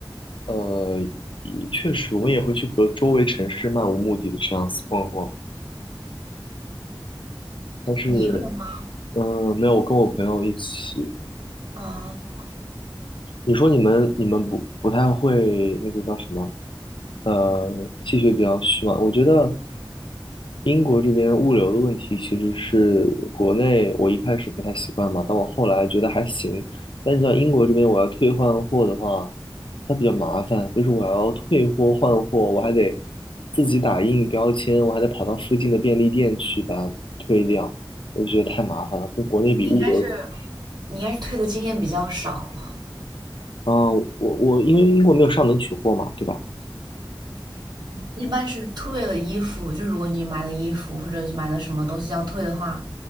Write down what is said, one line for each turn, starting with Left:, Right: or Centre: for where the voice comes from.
Left: 呃，也确实我们也会去隔周围城市漫无目的的这样子逛逛，但是，
Right: 你一个人吗？
Left: 嗯，没有，我跟我朋友一起。
Right: 啊，
Left: 你说你们你们不不太会那个叫什么？呃，气血比较虚嘛。我觉得英国这边物流的问题其实是国内我一开始不太习惯嘛，但我后来觉得还行。但是到英国这边我要退换货的话，它比较麻烦，就是我要退货换货，我还得自己打印标签，我还得跑到附近的便利店去把它退掉，我就觉得太麻烦了，跟国内比物流。
Right: 你应该是你应该是退的经验比较少。
Left: 啊，我我因为英国没有上门取货嘛，对吧？
Right: 一般是退了衣服，就如果你买了衣服或者是买了什么东西要退的话，